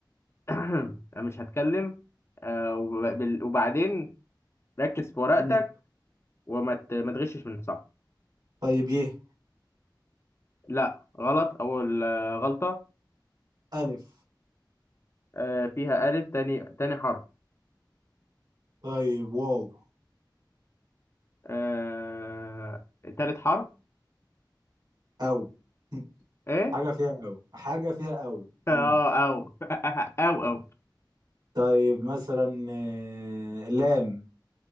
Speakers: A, on the left (about 35°); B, on the right (about 60°).
A: <clears throat> أنا مش هتكلم آه وب- بال- وبعدين ركز في ورقتك
B: مم.
A: وما ت- ما تغشش من صح
B: طيب يه
A: لا غلط اول آه، غلطة
B: الف
A: آه فيها ألف تاني تاني حرف
B: طيب واو
A: آه تالت حرف
B: او <laughs>
A: ايه
B: حاجة فيها أو حاجة فيها أو
A: <laughs> اه
B: مم.
A: او <laughs> او او
B: طيب مثلا آه، لام